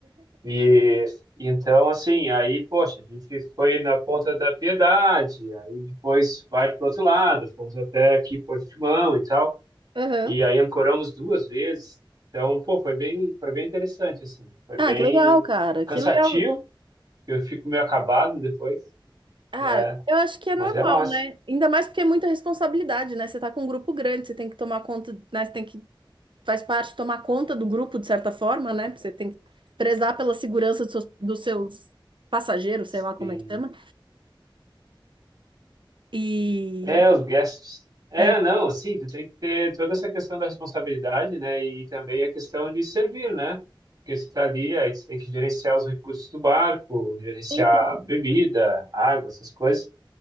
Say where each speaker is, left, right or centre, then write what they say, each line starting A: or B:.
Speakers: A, on the right (about 50°); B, on the right (about 70°).
A: E então, assim, aí, poxa, a gente foi na Ponta da Piedade, aí depois vai pro outro lado, fomos até aqui Portimão e tal.
B: aham.
A: E aí ancoramos duas vezes. Então, pô, foi bem, foi bem interessante, assim. Foi
B: Ah,
A: bem
B: que legal, cara,
A: cansativo,
B: que legal.
A: eu fico meio acabado depois.
B: Ah,
A: É,
B: eu acho que é
A: mas
B: normal,
A: é massa.
B: né? Ainda mais porque é muita responsabilidade, né? Você tá com um grupo grande, você tem que tomar conta, né? Você tem que, faz parte, tomar conta do grupo de certa forma, né? Você tem que prezar pela segurança dos seus, dos seus passageiros,
A: Sim.
B: sei lá como é que chama. E,
A: É, os guests. É,
B: é,
A: não, sim, tu tem que ter toda essa questão da responsabilidade, né? E também a questão de servir, né? Porque você tá ali, aí você tem que gerenciar os recursos do barco, gerenciar
B: sim, sim.
A: bebida, água, essas coisas.